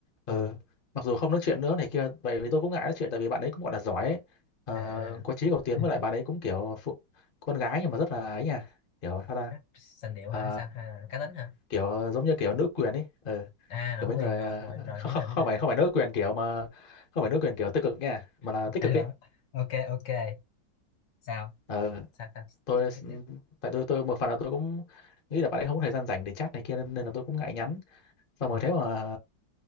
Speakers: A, on the left; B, on the left.
A: ừ.
B: ừ,
A: mặc dù không nói chuyện nữa này kia vậy vì tôi cũng ngại nói chuyện tại vì bạn ấy cũng gọi là giỏi ấy. Ờ,
B: à
A: có chí cầu tiến
B: <laughs>
A: với lại bạn ấy cũng kiểu phụ, con gái nhưng mà rất là ấy nha kiểu sao ta
B: cách sành điệu
A: Ờ,
B: hả hay sao à, cá tính hả
A: kiểu giống như kiểu nữ quyền ấy ờ
B: à nói
A: kiểu mấy
B: quen
A: người
B: rồi rồi
A: ờ,
B: rồi
A: không,
B: biết
A: không,
B: rồi
A: không
B: biết rồi
A: phải không phải nữ quyền kiểu mà không phải nữ quyền kiểu tiêu cực nha mà
B: <laughs>
A: là tích
B: à
A: cực ấy
B: đó ok ok sao
A: ờ
B: sao sao
A: tôi
B: tiếp tiếp tiếp
A: tại tôi tôi một phần là tôi cũng nghĩ là bạn ấy không có thời gian rảnh để chat này kia nên, nên là tôi cũng ngại nhắn xong
B: ừ.
A: rồi thế mà